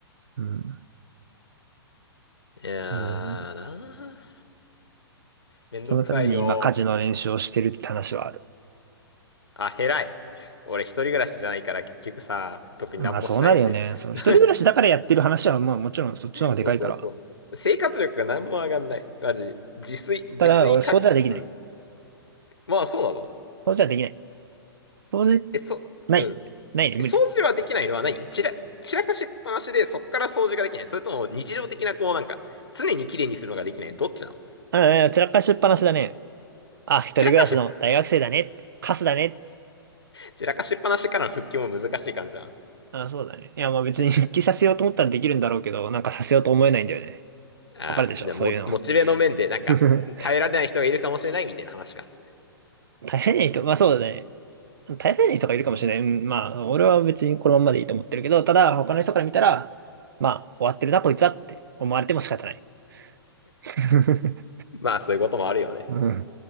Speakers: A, on the right; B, on the left.
A: うん。
B: いやーなー、
A: うん。
B: めんどくさいよ
A: そのために今、家事の練習をしてるって話はある。
B: あ、偉い。俺一人暮らしじゃないから結局さ、特に何もしないし。
A: まあそうなるよね。その一人暮らしだからやってる話は、
B: <laughs>
A: まあもちろんそっちの方がでかいから。
B: そうそうそう。生活力が何も上がんない。マジ。自炊、自炊か、
A: ただ、俺、そうじゃできない。
B: うん。まあそうなの
A: そうじゃできない。そうじ、
B: え、そ、
A: ない。
B: うん。
A: ないね、無理だ。
B: え掃除はできないのは何散ら、散らかしっぱなしでそっから掃除ができない。それとも日常的なこうなんか、常に綺麗にするのができない。どっちなの
A: ああ、散らかしっぱなしだね。あ、一人暮らしの大学生だねって。
B: 散らかし、
A: カスだねって。
B: 散らかしっぱなしからの復帰も難しい感じじゃん。あ
A: あ、そうだね。いや、まあ別に復帰させようと思ったらできるんだろうけど、
B: れじゃん。
A: なんかさせようと思えないんだよね。
B: ああ、
A: わかるでしょ、
B: じゃあモ、
A: そういうの。
B: モチベの面でなんか、
A: <laughs>
B: 耐えられない人がいるかもしれないみたいな話か。
A: 大変な人、まあそうだね。大変な人がいるかもしれない。うん、まあ、俺は別にこのまんまでいいと思ってるけど、ただ、他の人から見たら、まあ、終わってるな、こいつはって思われても仕方ない。<laughs>
B: まあそういうこともあるよね。
A: うん